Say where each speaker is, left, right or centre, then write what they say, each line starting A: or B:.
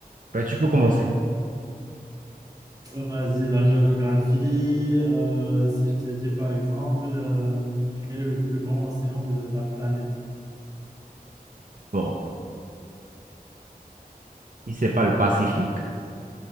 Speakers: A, on the right; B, on the right.
A: Ben, tu peux commencer.
B: Vas-y, la géographie. euh, si je te dis par exemple, euh, quel est le plus grand océan de la planète?
A: Bon, si c'est pas le Pacifique,